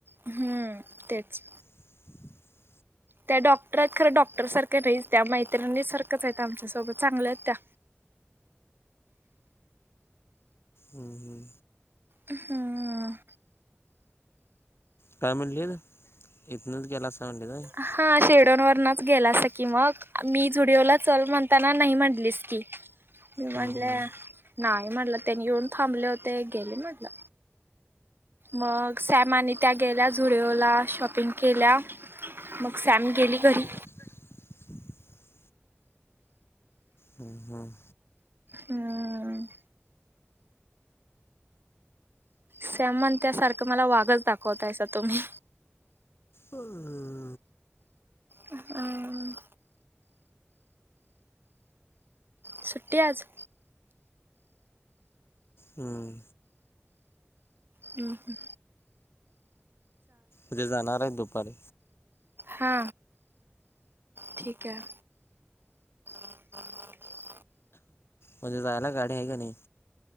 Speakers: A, on the right; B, on the left.
A: हम्म तेच.
B: <inaudible>
A: त्या डॉक्टरा आहेत, खरं डॉक्टर सारख्या नाहीच त्या मैत्रिणी सारखंच आहे. आमच्यासोबत चांगलं आहेत त्या.
B: हम्म-हम्म.
A: हं.
B: काय म्हटलीस, इथनच गेलासा म्हटलीस
A: हा शिरढोन वरनच गेलासा की मग, मी झुडिओला चल म्हणताना नाही म्हणलीस की. मी म्हटलं,
B: हम्म हम्म
A: नाही म्हटलं त्यांनी येऊन थांबले होते गेले म्हटलं. मग सॅम आणि त्या गेल्या झुडओला शॉपिंग केल्या मग सॅम गेली घरी.
B: <inaudible> हम्-हम्म.
A: हम्. सॅम म्हणत्या सारखं मला वाघच दाखवतायसा तुम्ही.
B: हंम.
A: हम. सुट्टी आज
B: हम्म.
A: हम्म-हम.
B: उद्या जाणार आहेत दुपारी
A: हा, ठीक आहे. <inaudible>
B: उद्या जायला गाडी आहे का नाही.